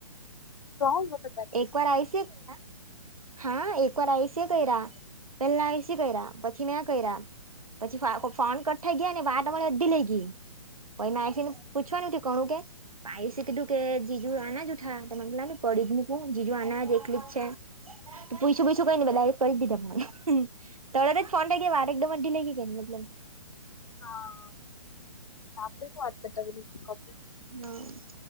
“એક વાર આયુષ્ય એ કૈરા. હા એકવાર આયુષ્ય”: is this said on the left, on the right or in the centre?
Right